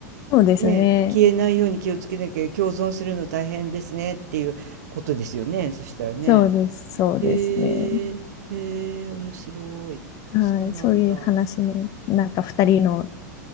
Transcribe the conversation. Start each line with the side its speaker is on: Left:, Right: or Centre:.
Left: そうですね。
Right: ねえ消えないように気をつけなきゃ共存するの大変ですねっていうことですよねそしたらね
Left: そうです、そうですね。
Right: へえへえ面白いそうなんだ
Left: はい、そういう話の、なんか二人の